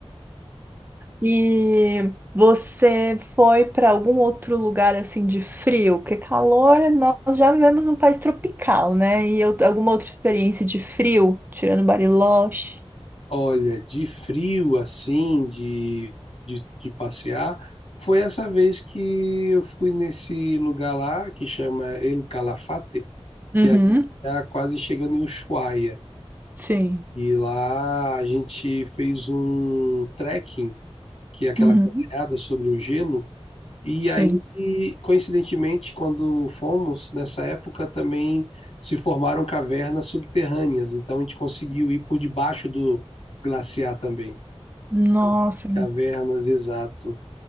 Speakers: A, on the right; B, on the left.
A: E você foi para algum outro lugar assim de frio? Porque calor, nós já vivemos num país tropical, né? E eu- alguma outra experiência de frio, tirando Bariloche?
B: Olha, de frio assim, de, de, de passear, foi essa vez que eu fui nesse lugar lá que chama El Calafate,
A: Uhum.
B: que é ali tá quase chegando em Ushuaia.
A: Sim.
B: E lá a gente fez um trekking, que é aquela
A: Uhum.
B: caminhada sobre o gelo. E
A: Sim.
B: aí, coincidentemente, quando fomos, nessa época também se formaram cavernas subterrâneas, então a gente conseguiu ir por debaixo do glaciar também.
A: Nossa.
B: As Cavernas, exato.